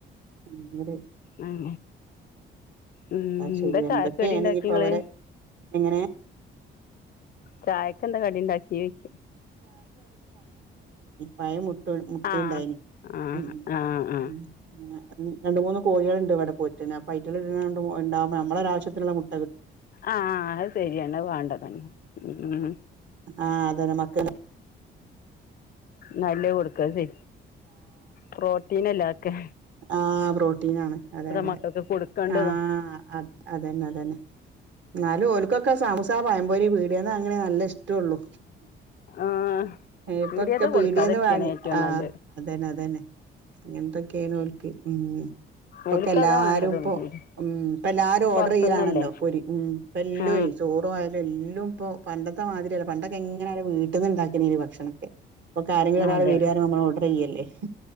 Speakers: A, on the right; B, on the left.
A: ഉം അതെ
B: ഉം ഉം ഉം
A: ചെയ്യ
B: എന്താ ചായക്ക്
A: എന്തൊക്കെയാണ്
B: കടി ഉണ്ടാക്കി
A: ഇനിയിപ്പോ
B: നിങ്ങള്
A: അവരെ എങ്ങനെ
B: ചായക്ക് എന്താ കടിണ്ടാക്കി കെ
A: പയം മു മു മുട്ടിയണ്ടായിന്
B: ആഹ് ആഹ്
A: ഉം
B: ആഹ് ആഹ്
A: അങ്ങനെ ഉ രണ്ട് മൂന്ന് കോഴികളുണ്ട് ഇവിടെ പോറ്റന് അപ്പ അറ്റണ്ടാവുമ്പോ നമ്മള ഒരു ആാവശ്യത്തിനുള്ള മുട്ട
B: ആഹ് അത് ശരിയാണ് അത് വേണ്ടതന്നെ ഉം ഉം
A: ആഹ് അതന്ന മക്ക
B: നല്ല കൊടുക്ക സേ പ്രോട്ടീൻ അല്ലെ അതെക്കെ
A: ആ പ്രോട്ടീന ആണ് അതെ അതെ
B: മക്കൾക്ക് കൊടുക്കണ്ടതും
A: ആഹ് അതന്നെ അതന്നെ എന്നാലും ഓലക്കൊക്കെ സമൂസ പഴംപൊരി പീടിയെന്ന് വാങ്ങണ നല്ല ഇഷ്ടമുള്ളു
B: ആഹ്
A: ഇപ്പൊക്കെ
B: പീടിയേത്തെ കൊടുക്കാതിരിക്കാണ്
A: പീടിയന്ന് വാങ്ങി
B: ഏറ്റവും
A: ആ
B: നല്ലത്
A: അതന്നെ അതന്നെ ഇങ്ങനത്തൊ <unintelligible> ഉം ഇപ്പൊക്കെ
B: ഓൽക്ക്
A: എല്ലാരും
B: അതാ വേണ്ടത്
A: ഇപ്പ
B: പീടിക
A: ഉം ഇ എല്ലാരും ഓർഡർ
B: പുറത്തുന്നല്ലേ
A: ചെയ്യലാണല്ലോ പൊരി ഉം ഇ എല്ലോ
B: ആ
A: ചോറും ആയാല് എല്ല ഇപ്പോ പണ്ട മാതിരിയല്ല പണ്ടൊക്കെ എങ്ങന വീ ടിന്നെ ഉണ്ടാക്കണിനി ഒരു ഭക്ഷണൊക്കെ ഇപ്പ ഒരാളെ വരാന്നെ
B: അതെ
A: പറയുമ്പോ നമ്മൾ ഓർഡർ ചെയ്യല്ലേ അ